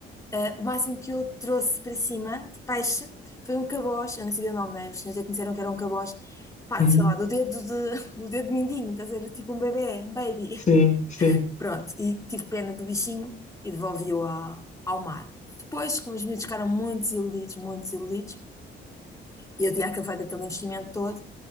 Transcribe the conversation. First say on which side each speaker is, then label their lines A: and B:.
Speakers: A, on the left; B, on the left.
A: Eh, o máximo que eu trouxe para cima de peixe foi um caboz, eu não sabia o nome, né? Os senhores já conheceram que era um caboz, pá,
B: Uhum,
A: sei lá, do dedo de, <laughs> do dedo mindinho, estás a ver, tipo um bebê, um baby.
B: sim, sim,
A: Pronto, e tive pena do bichinho e devolvi-o a- ao mar. Depois, como os miúdos ficaram muito desiludidos, muito desiludidos, e eu tinha aquele- feito aquele investimento todo,